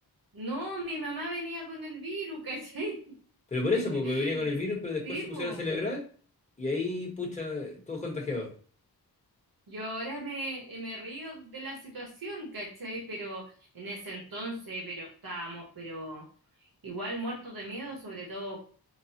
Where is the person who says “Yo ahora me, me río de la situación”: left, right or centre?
Right